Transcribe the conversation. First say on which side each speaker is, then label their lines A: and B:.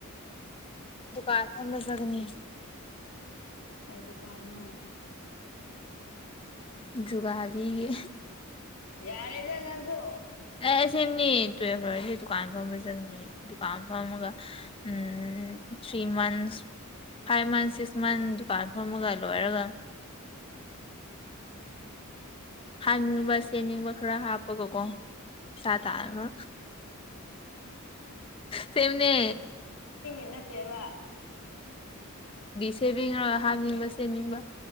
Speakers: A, on the left; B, on the left.
A: ꯗꯨꯀꯥꯟ ꯐꯝꯂ ꯆꯒꯅꯤ
B: ꯀꯩꯗꯨꯀꯅꯣ
A: ꯨꯒꯥꯔꯤꯒꯦ
B: ꯌꯥꯔꯗ ꯅꯪꯁꯨ
A: ꯑꯦ ꯁꯤꯅꯤ ꯇꯨꯋꯜ ꯐ꯭ꯂꯔꯁꯤ ꯗꯨꯀꯥꯟ ꯐꯝꯕ ꯆꯪꯅꯤ ꯗꯨꯀꯥꯟ ꯐꯝꯃꯒ ꯎꯝ three months five months six months ꯗꯨꯀꯥꯟ ꯐꯝꯃꯒ ꯂꯣꯏꯔꯒ ꯍꯥꯥꯡꯅꯤꯡꯕ ꯆꯦꯅꯤꯡꯕ ꯈꯔ ꯍꯥꯞꯄꯒꯀꯣ ꯁꯥꯇꯔ ꯇꯅꯦ
B: ꯟꯅꯠꯇꯦꯕ
A: ꯁꯦꯝꯦꯕꯤꯉ ꯍꯥꯞꯅꯤꯡꯕ ꯁ ꯁꯦꯝꯅꯤꯡꯕ